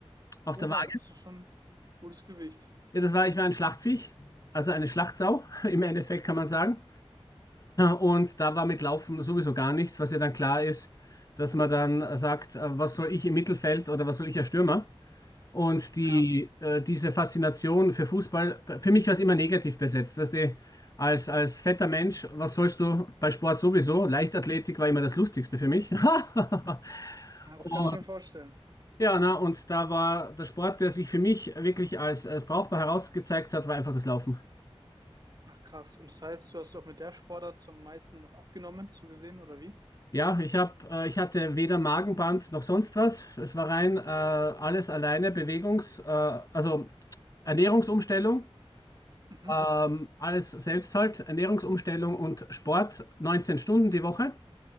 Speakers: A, on the left; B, on the right.
A: auf
B: Oha,
A: der Waage.
B: das ist schon gutes Gewicht.
A: Ja, das war, ich war ein Schlachtviech, also eine Schlachtsau <laughs> im Endeffekt kann man sagen. Und da war mit Laufen sowieso gar nichts, was ja dann klar ist, dass man dann sagt, äh, was soll ich im Mittelfeld oder was soll ich als Stürmer? Und die,
B: Ja,
A: äh, diese Faszination für Fußball, für mich war es immer negativ besetzt. Weißt du, als, als fetter Mensch, was sollst du bei Sport sowieso? Leichtathletik war immer das Lustigste für mich. <laughs>
B: ja,
A: Und,
B: das kann ich mir vorstellen.
A: ja, na, und da war der Sport, der sich für mich wirklich als, als brauchbar herausgezeigt hat, war einfach das Laufen.
B: Ach, krass. Und das heißt, du hast auch mit der Sportart zum meisten noch abgenommen, so gesehen, oder wie?
A: Ja, ich hab, äh, ich hatte weder Magenband noch sonst was. Es war rein äh, alles alleine Bewegungs, äh, also Ernährungsumstellung,
B: Mhm.
A: ähm, alles selbst halt, Ernährungsumstellung und Sport, 19 Stunden die Woche,